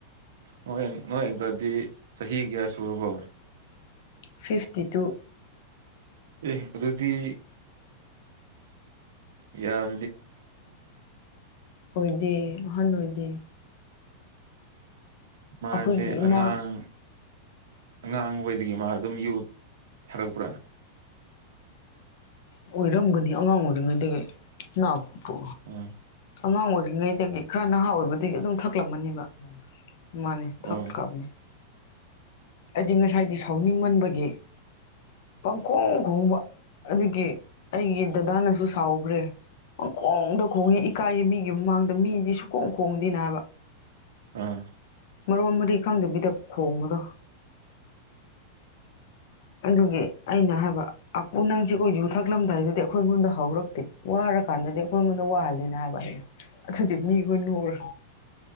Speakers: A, on the right (about 85°); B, on the left (about 55°).
A: ꯅꯣꯏ ꯅꯣꯏ ꯑꯪꯀꯜꯗꯤ ꯆꯍꯤ ꯀꯌꯥ ꯁꯨꯔꯕꯣ
B: ꯐꯤꯐꯇꯤ ꯇꯨ
A: ꯑꯦ ꯑꯗꯨꯗꯤ ꯌꯥꯝ__
B: ꯑꯣꯏꯗꯦ ꯑꯍꯟ ꯑꯣꯏꯗꯦ
A: ꯃꯥꯁꯦ
B: ꯑꯩꯈꯣꯏꯒꯤ ꯏꯃꯥ
A: ꯑꯉꯥꯡ ꯑꯉꯥꯡ ꯑꯣꯏꯗꯒꯤ ꯃꯥ ꯑꯗꯨꯝ ꯌꯨꯠ__ ꯊꯥꯔꯛꯄ꯭ꯔꯥ
B: ꯑꯣꯏꯔꯝꯒꯅꯤ ꯑꯉꯥꯡ ꯑꯣꯏꯔꯤꯉꯩꯗꯒꯤ ꯅꯥꯞꯄꯨ
A: ꯑꯥ
B: ꯑꯉꯥꯡ ꯑꯣꯏꯔꯤꯉꯩꯗꯒꯤ ꯈꯔ ꯅꯍꯥ ꯑꯣꯏꯕꯗꯒꯤ ꯑꯗꯨꯝ ꯊꯛꯂꯝꯃꯅꯦꯕ ꯃꯥꯅꯤ
A: ꯑꯣ
B: ꯊꯛꯈ꯭ꯔꯕꯅꯤ ꯑꯩꯗꯤ ꯉꯁꯥꯏꯗꯤ ꯁꯥꯎꯅꯤꯡꯃꯟꯕꯒꯤ ꯄꯥꯡꯈꯣꯡ ꯈꯣꯡꯕ ꯑꯗꯨꯒꯤ ꯑꯩꯒꯤ ꯗꯗꯥꯅꯁꯨ ꯁꯥꯎꯒ꯭ꯔꯦ ꯄꯪꯈꯣꯡꯗ ꯈꯣꯡꯉꯦ ꯏꯀꯥꯏꯌꯦ ꯃꯤꯒꯤ ꯃꯃꯥꯡꯗ ꯃꯤꯗꯤ ꯁꯨꯀꯣꯡ ꯈꯣꯡꯗꯦꯅ ꯍꯥꯏꯕ
A: ꯑꯥ
B: ꯃꯔꯣꯟ ꯃꯔꯤ ꯈꯪꯗꯕꯤꯗ ꯈꯣꯡꯕꯗꯣ ꯑꯗꯨꯒꯤ ꯑꯩꯅ ꯍꯥꯏꯕ ꯑꯄꯨ ꯅꯪꯁꯤꯀꯣ ꯌꯨꯊꯛꯂꯝꯗꯥꯏꯗꯗꯤ ꯑꯩꯈꯣꯏ ꯑꯩꯉꯣꯟꯗ ꯍꯧꯔꯛꯇꯦ ꯋꯥꯔꯀꯥꯟꯗꯗꯤ ꯉꯣꯟ ꯉꯣꯟꯗ ꯋꯥꯂꯦꯅ ꯍꯥꯏꯕ ꯍꯦꯛ ꯑꯗꯨꯗꯤ ꯃꯤꯈꯣꯏ ꯅꯣꯛꯔ